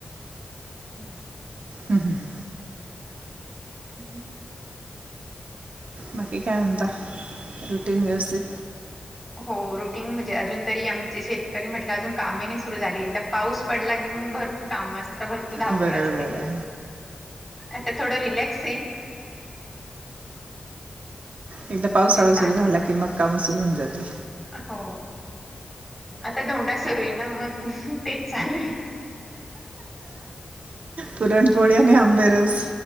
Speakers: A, in the centre; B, on the right.
A: हम्.
B: हम हम हम.
A: <inaudible>
B: बाकी काय म्हनता रुटीन व्यवस्थित?
A: हो रुटीन म्हणजे अजून तरी आमचे शेतकरी म्हटलं अजून कामही नाही सुरू झाले एकदा पाऊस पडला की मग भरपूर काम असत, भरपूर धावपळ
B: बरं
A: असती.
B: बरं बरं
A: आता थोडं रिलॅक्स आहे.
B: एकदा
A: त्यामुळे
B: पावसाळा
A: चालेल
B: सुरु झाला की मग काम सुर होऊन जातील.
A: हो आता धोंडा सुरू आहे ना मग तेच चाललंय
B: पुरणपोळी आणि आंबेरस,